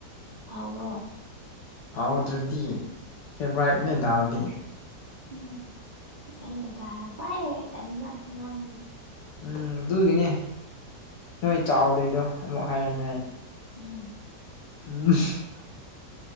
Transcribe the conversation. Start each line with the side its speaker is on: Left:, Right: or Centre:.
Right: ꯍꯥꯎꯕ꯭ꯔꯣ?
Left: ꯍꯥꯎꯗ꯭ꯔꯗꯤ ꯐꯦꯚꯔꯥꯏꯅꯦ ꯗꯥꯜꯗꯤ꯫
Right: ꯎꯝ ꯑꯅꯦꯇꯥꯥꯟꯅ ꯈ꯭ꯋꯥꯏꯗꯒꯤ ꯇꯟꯕ ꯍꯦꯟꯖꯥꯡ ꯑꯅꯤ
Left: ꯎꯝ ꯑꯗꯨꯒꯤꯅꯦ ꯅꯣꯏ ꯆꯥꯎꯗ꯭ꯔꯤꯗꯣ ꯑꯃꯨꯛ ꯍꯥꯏꯔꯅꯤ ꯑꯩ
Right: <inaudible>
Left: <inaudible>